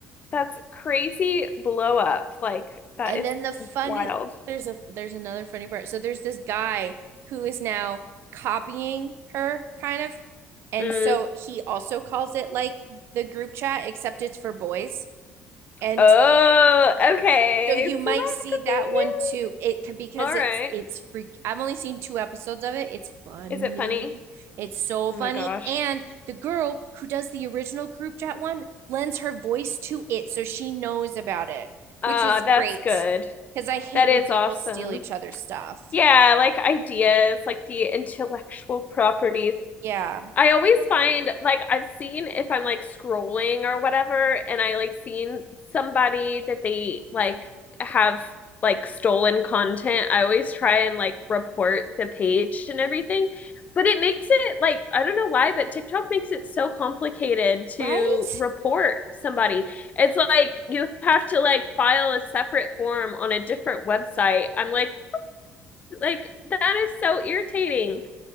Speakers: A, on the left; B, on the right.
A: That's crazy blow up. Like that
B: And
A: is
B: then the funny
A: wild.
B: there's a there's another funny part. So there's this guy who is now copying her kind of. And
A: Mm.
B: so he also calls it like the group chat, except it's for boys. And
A: Oh, okay.
B: So you might
A: So that
B: see
A: could
B: that
A: be you.
B: one too. It could because
A: All
B: it's
A: right.
B: it's freak. I've only seen two episodes of it. It's funny.
A: Is it funny?
B: It's so
A: Oh
B: funny.
A: my gosh.
B: And the girl who does the original group chat one lends her voice to it, so she knows about it,
A: Uh,
B: which is
A: that's
B: great.
A: good.
B: Because I hate
A: That
B: when
A: is
B: people
A: awesome.
B: steal each other's stuff.
A: Yeah, like ideas, like the intellectual properties.
B: Yeah,
A: I always find like I've seen if I'm like scrolling or whatever, and I like seen somebody that they like have like stolen content. I always try and like report the page and everything, but it makes it like I don't know why, but TikTok makes it so complicated to
B: right?
A: report somebody. It's like you have to like file a separate form on a different website. I'm like, like that is so irritating,